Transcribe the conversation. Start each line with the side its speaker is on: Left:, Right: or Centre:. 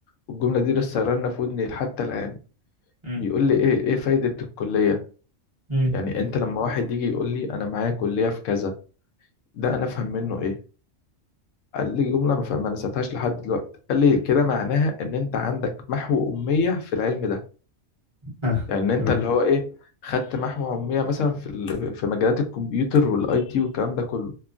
Left: والجملة دي لسه رنة في ودني حتى الآن
Right: امم
Left: بيقول لي ايه ايه فايدة الكلية
Right: امم
Left: يعني انت لما واحد يجي يقول لي انا معايا كلية في كذا ده انا افهم منه ايه قال لي جملة ما فهم- ما نسيتهاش لحد دلوقتي قال لي كده معناها ان انت عندك محو أمية في العلم ده
Right: <laughs>
Left: يعني ان انت
Right: تمام
Left: اللي هو ايه خدت محو علميه مثلا في ال- في مجالات الكمبيوتر والاي تي والكلام ده كله